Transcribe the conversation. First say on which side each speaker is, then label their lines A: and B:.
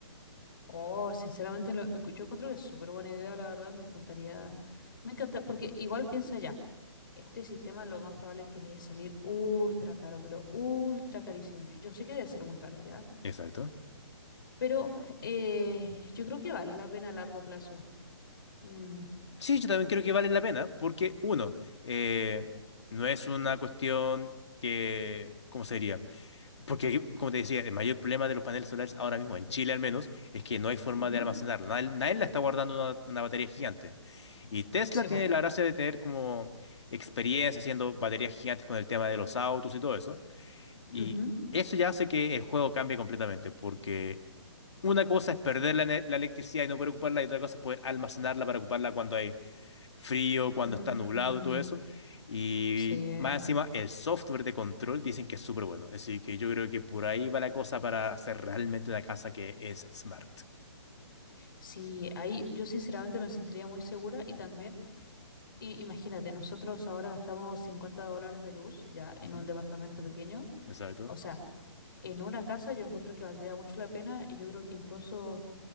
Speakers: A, on the left; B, on the left.
A: Oh, sinceramente, lo- yo encuentro que es súper buena idea, la verdad. Me encantaría. Me encanta, porque igual piensa ya. Este sistema lo más probable es que deje salir ultra caro, pero ultra carísimo. Yo, yo sé que debe ser muy caro ya,
B: Exacto.
A: pero eh, yo creo que vale la pena a largo plazo. Mm,
B: Sí, yo también creo que vale la pena, porque uno, eh, no es una cuestión que, ¿cómo se diría? Porque, como te decía, el mayor problema de los paneles solares ahora mismo, en Chile al menos, es que no hay forma
A: ujú,
B: de almacenarla. Nadie, nadie la está guardando en una, una batería gigante. Y Tesla
A: Sí,
B: tiene
A: po.
B: la gracia de tener como experiencia haciendo baterías gigantes con el tema de los autos y todo eso. Y
A: Ujú.
B: eso ya hace que el juego cambie completamente, porque una cosa es perder la, ne- la electricidad y no poder ocuparla, y otra cosa es poder almacenarla para ocuparla cuando hay frío, cuando
A: Mm,
B: está nublado y todo eso. Y
A: sí.
B: más encima, el software de control dicen que es súper bueno. Así que yo creo que por ahí va la cosa para hacer realmente una casa que es smart.
A: Sí, ahí yo sinceramente me sentiría muy segura y también, i- imagínate, nosotros ahora gastamos 50 dólares de luz ya en
B: Ujú,
A: un departamento pequeño.
B: Exacto.
A: O sea, en una casa yo encuentro que valdría mucho la pena y yo creo que incluso...